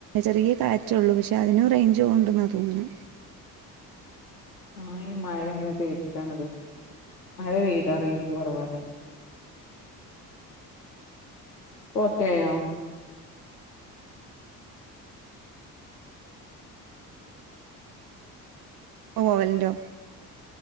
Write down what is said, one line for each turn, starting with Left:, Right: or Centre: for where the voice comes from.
Right: ചെറിയ കാറ്റള്ളൂ പക്ഷെ അതിനും റേഞ്ച്പോവ്ണ്ടന്നാ തോന്ന്ണെ
Left: <inaudible> ആ ഈ മഴ ഇങ്ങനെ പെയ്തിട്ടാണത് മഴ പെയതാ റേഞ്ച് കൊറവല്ലേ പ്പൊ ഓക്കെയോ
Right: പ്പൊ പോവലിണ്ടോ